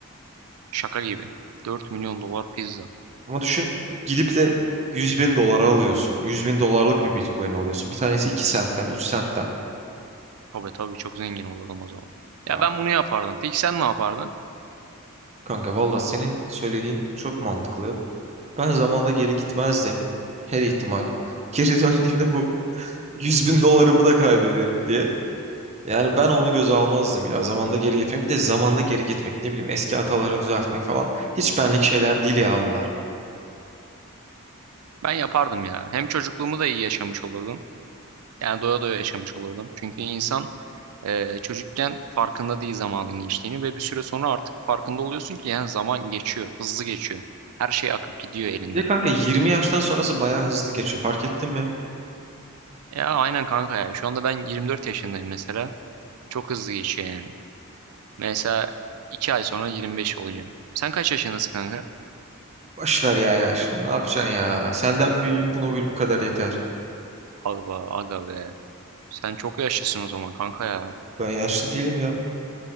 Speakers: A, on the right; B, on the right.
A: Şaka gibi. 4 milyon dolar pizza.
B: Ama düşün gidip de 100 bin dolara alıyorsun. yüz bin dolarlık bir Bitcoin alıyorsun. Bir tanesi iki sentten 3 sentten.
A: Tabii tabii çok zengin olurdum o zaman.
B: Ya
A: Ya ben bunu yapardım. Peki sen ne yapardın?
B: kanka valla senin söylediğin çok mantıklı. Ben zamanda geri gitmezdim. Her ihtimal. <laughs> Geri döndüğümde bu 100 bin dolarımı da kaybederim diye. Yani ben onu göze almazdım ya. Zamanda geri gitmek. Bir de zamanda geri gitmek ne bileyim eski hataları düzeltmek falan. Hiç benlik şeyler değil ya onlar.
A: Ben yapardım ya. Hem çocukluğumu da iyi yaşamış olurdum. Yani doya doya yaşamış olurdum. Çünkü insan Ee, çocukken farkında değil zamanın geçtiğini ve bir süre sonra artık farkında oluyorsun ki yani zaman geçiyor, hızlı geçiyor. Her şey akıp gidiyor elinden.
B: Bir de kanka 20 yaştan sonrası bayağı hızlı geçiyor. Fark ettin mi?
A: Ya aynen kanka ya. Şu anda ben 24 yaşındayım mesela. Çok hızlı geçiyor yani. Mesela 2 ay sonra 25 olacağım. Sen kaç yaşındasın kanka?
B: Boş ver ya ya. Şimdi ne yapacaksın ya? Senden büyüğüm bunu bil bu kadar yeter.
A: Aga, aga be. Sen çok yaşlısın o zaman kanka ya.
B: Ben yaşlı değilim ya.